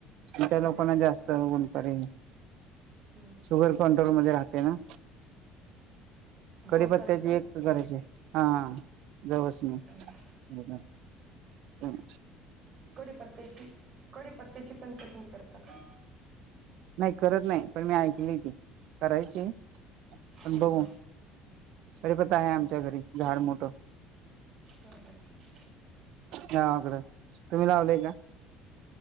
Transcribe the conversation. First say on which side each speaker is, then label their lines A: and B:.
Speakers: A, on the right; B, on the right.
A: हा
B: त्या लो
A: हा
B: जास्त गुणकारी
A: हम्म
B: शुगर कंट्रोल मध्ये राहते ना
A: जवसानी
B: कडीपत्त्याची
A: का?
B: एक करायची हा जवस नी
A: <inaudible>
B: <inaudible>
A: कढी पत्त्याची, कढी पत्त्याची पण चटणी करता का?
B: नाही करत नाही पण मी ऐकली ती करायची पण
A: हा
B: बघू.
A: हा
B: कडीपत्ता आहे आमच्या
A: हा
B: घरी झाड मोठ
A: हा हा
B: गावाकडं तुम्ही लावलंय का?